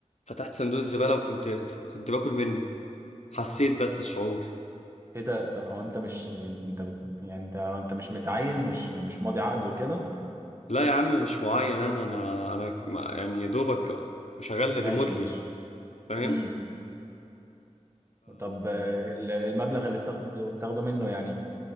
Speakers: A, on the left (about 65°); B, on the right (about 20°).
A: فتحت صندوق الزبالة وكنت كنت باكل منه حسيت بس الشعور
B: ايه ده س- هو انت مش انت بت... يعني انت هو انت مش متعين مش مش ماضي عقد وكده
A: لا يا عم مش معين انا انا انا ما- يعني يا دوبك شغال
B: ماشي
A: ريموتلي
B: ماشي
A: فاهم
B: امم طب اه، ال- المبلغ اللي بتاخده بتاخده منه يعني